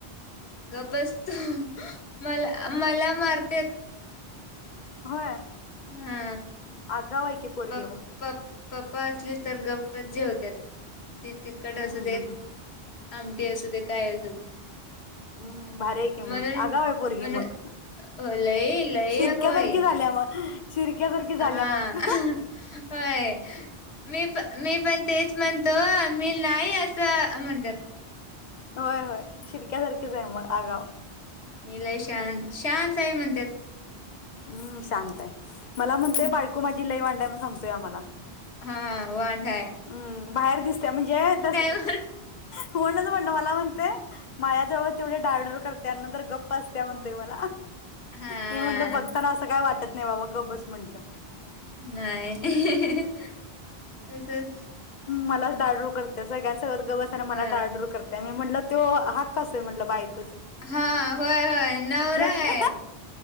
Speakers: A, on the left; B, on the left.
A: ग बसतो मला मला मारते.
B: होय
A: हा
B: आगाव ऐके पोरगे
A: प
B: म
A: प पप्पा असली तर गप्पत जे होत्या. ती तिखट
B: हम्म
A: असू
B: हम्म
A: दे
B: हम्म
A: आमटी असू दे काय असू दे.
B: हम्म भारी आहे की मग
A: म्हणून
B: आगाव आहे पोरगी
A: म्हण
B: मग
A: लई लई
B: शिर
A: अगं
B: शक्यासारखी
A: बाई.
B: झाल्या मग शिरक्यासारखी झाल्या
A: हां.
B: मग.
A: होय. मी प मी पण तेच म्हणतो मी नाही असं म्हणतात.
B: होय होय शिरक्यासारखेच आहे मग आगाव
A: मीलाय शांत शांत आहे म्हणतात.
B: हम्म शांतय मला म्हणतय
A: हं.
B: बायको माझी लई वांड हाय म्हणून सांगतोयआम्हाला
A: हा वांड हाय.
B: हम्म बाहेर दिसते म्हणजे तस
A: म्हण
B: कोणणच म्हणणं मला म्हणते माया्याजवळ तेवढे डाळडूर करते आणि नंतर गप्प असत म्हणतय मला
A: हां.
B: मी म्हटल बघताना असं काय वाटत नाही बाबा ग बस म्हंटलं
A: नाही तसच
B: मलाच डाडूर करते सगळ्यांसोबत गप बसत्यात मला
A: हां.
B: डाडूर करते त्या म्हटलं तो हाक असतोय म्हंटल बायकोचा
A: हा होय होय नवरा आहे
B: का.